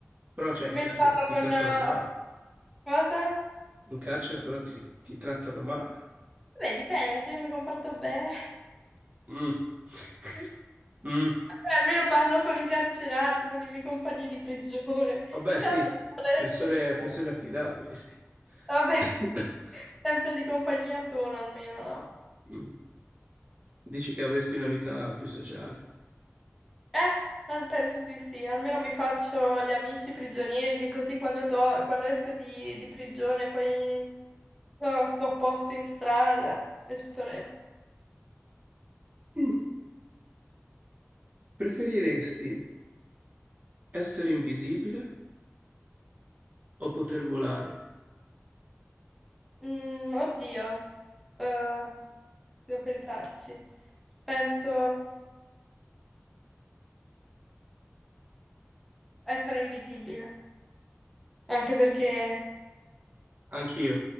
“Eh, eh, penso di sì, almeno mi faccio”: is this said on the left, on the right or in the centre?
Centre